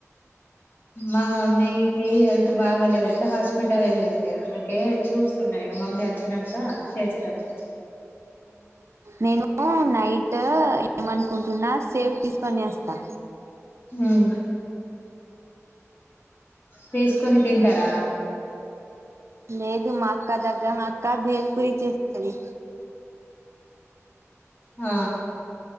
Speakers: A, on the left; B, on the right.
A: మా మమ్మీకి హల్త్ బాగాలేదైతే హాస్పిటల్ ఎల్లింది అందుకె చూస్తున్నాయిగా మమ్మీ వచినంక చేస్తాది
B: నేను నైట్ ఏమణకుంటూన్నా సేవ్ తీసుకొని అస్తా
A: ఉం తిసుకొని తింటారా
B: లేదు మా అక్క దగ్గర మా అక్క బేల్ పరి చేస్తది
A: ఆ